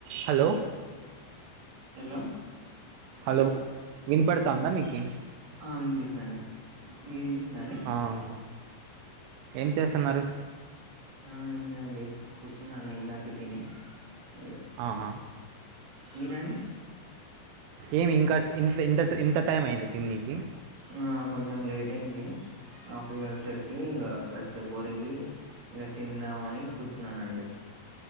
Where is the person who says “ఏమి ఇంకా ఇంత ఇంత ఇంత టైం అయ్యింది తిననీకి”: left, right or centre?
Right